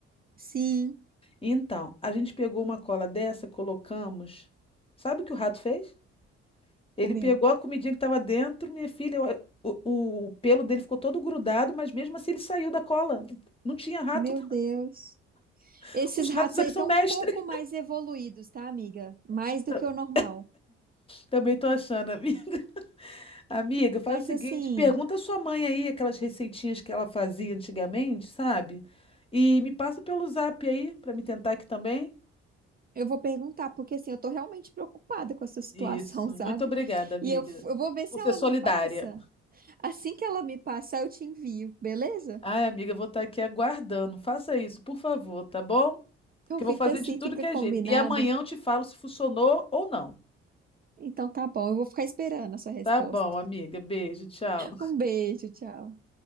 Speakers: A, on the right; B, on the left.
A: Sim,
B: Então, a gente pegou uma cola dessa, colocamos. Sabe o que o rato fez? Ele
A: comeu.
B: pegou a comidinha que estava dentro, minha filha, o, o- o pelo dele ficou todo grudado, mas mesmo assim ele saiu da cola. Não tinha rato.
A: Meu Deus.
B: <laughs>
A: Esses
B: Os ratos
A: ratos
B: aqui
A: aí estão
B: são mestres.
A: um pouco mais evoluídos, tá, amiga? Mais do
B: <laughs>
A: que o normal.
B: Também tô achando, amiga. Amiga, faz
A: Mas
B: o seguinte,
A: assim,
B: pergunta à sua mãe aí aquelas receitinhas que ela fazia antigamente, sabe? E me passa pelo zap aí para me tentar aqui também.
A: eu vou perguntar, porque assim, eu tô realmente preocupada com essa situação,
B: Isso.
A: <laughs> sabe?
B: Muito obrigada, amiga,
A: E eu, eu vou ver se
B: por ser
A: ela
B: solidária.
A: me passa. Assim que ela me passar, eu te envio, beleza?
B: Ai, amiga, eu vou estar aqui aguardando. Faça isso, por favor, tá bom?
A: Então
B: Que
A: fica
B: eu vou fazer
A: assim,
B: de tudo
A: fica
B: que
A: combinado.
B: é jeito. E amanhã eu te falo se funcionou ou não.
A: Então tá bom, eu vou ficar esperando a sua resposta.
B: Tá bom, amiga. Beijo, tchau.
A: Um beijo, tchau.